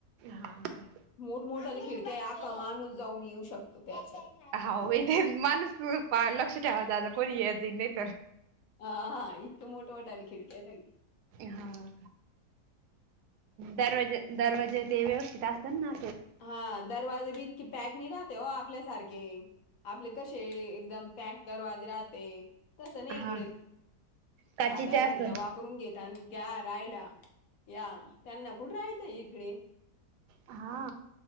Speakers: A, on the right; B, on the left.
A: हा का
B: मोठमोठ्या खिडक्या आखा माणूस जाऊन येऊ शकतो त्याच्यात
A: होाय माणूस लक्ष ठेवादा कोण येतय जा
B: हा इतु मोठा मोटा आल खिडकी्यातग
A: हा.. दरवाज दरवाजे ते व्यवस्थित अस ना
B: हा दरवाजे बी इतकी पॅक नाही राहते हो आपल्यासारखे आपले कसे एकदम पॅक दरवाजे राहते तस नाही
A: हा
B: इकडे
A: काचेचे
B: साधा
A: असल
B: सुद्धा वापरून घेत आणि या राहायला या त्यांना कुठ राहायचंय इकडे?
A: हा